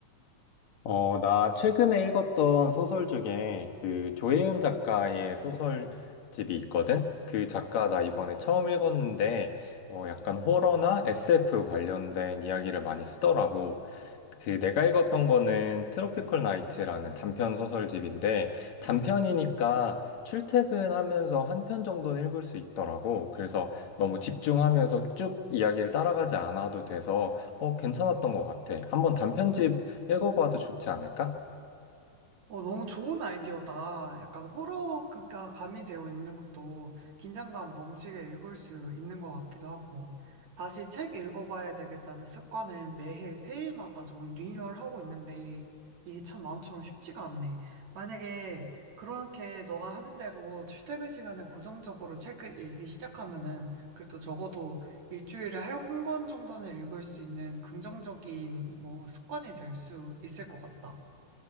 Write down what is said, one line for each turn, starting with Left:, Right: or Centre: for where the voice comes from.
Left: 어, 나 최근에 읽었던 소설 중에 그 조혜은 작가의 소설집이 있거든? 그 작가 나 이번에 처음 읽었는데, 어, 약간 호러나 SF 관련된 이야기를 많이 쓰더라고. 그 내가 읽었던 거는 트로피컬 나이트라는 단편 소설집인데, 단편이니까 출퇴근하면서 한 편 정도는 읽을 수 있더라고. 그래서 너무 집중하면서 쭉 이야기를 따라가지 않아도 돼서, 어, 괜찮았던 것 같아. 한번 단편집 읽어봐도 좋지 않을까?
Right: 어, 너무 좋은 아이디어다. 약간 호러가 가미되어 있는 것도 긴장감 넘치게 읽을 수 있는 것 같기도 하고. 다시 책 읽어봐야 되겠다는 습관을 매해 새해마다 좀 리뉴얼하고 있는데, 이게 참 마음처럼 쉽지가 않네. 만약에 그렇게 너가 하는 대로 출퇴근 시간에 고정적으로 책을 읽기 시작하면은, 그래도 적어도 일주일에 한 권 정도는 읽을 수 있는 긍정적인 뭐 습관이 될 수 있을 것 같다.